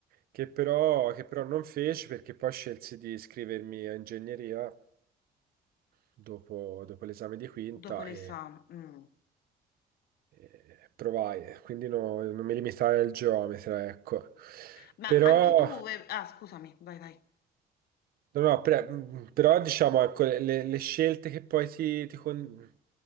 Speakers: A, on the right; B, on the left.
A: che però, che però non feci perché poi scelsi di iscrivermi a ingegneria dopo, dopo l'esame di quinta
B: dopo l'esame,
A: e,
B: mh.
A: e provai, quindi no- non mi limitai al geometra, ecco.
B: Ma
A: Però,
B: anche tu ve ah scusami, vai vai.
A: no, no, pre- mm, mm, però diciamo, ecco, le, le- le scelte che poi ti, ti con-